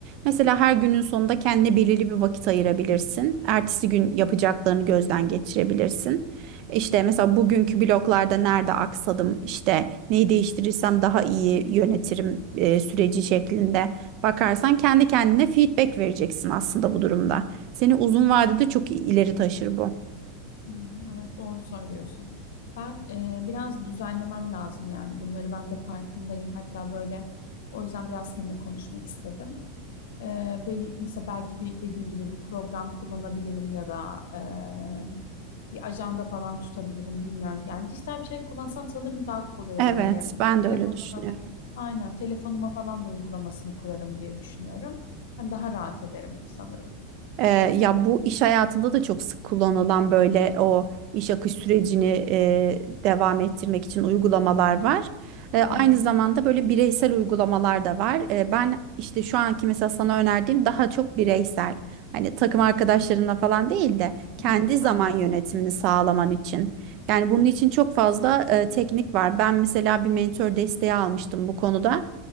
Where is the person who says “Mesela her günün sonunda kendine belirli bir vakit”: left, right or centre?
Right